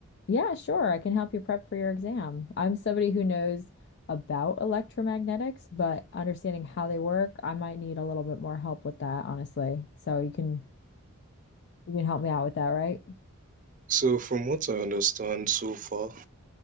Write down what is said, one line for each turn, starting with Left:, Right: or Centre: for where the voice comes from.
Left: Yeah, sure. I can help you prep for your exam. I'm somebody who knows about electromagnetics, but understanding how they work, I might need a little bit more help with that, honestly. So you can you can help me out with that, right?
Right: So, from what I understand so far,